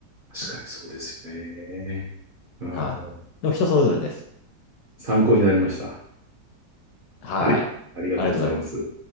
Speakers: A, on the right (about 80°); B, on the left (about 70°).
A: 確かにそうですよね。うん、
B: はい。でも人それぞれです。
A: 参考になりました。
B: はい。
A: あり、ありがとうございます。
B: ありがとうございます。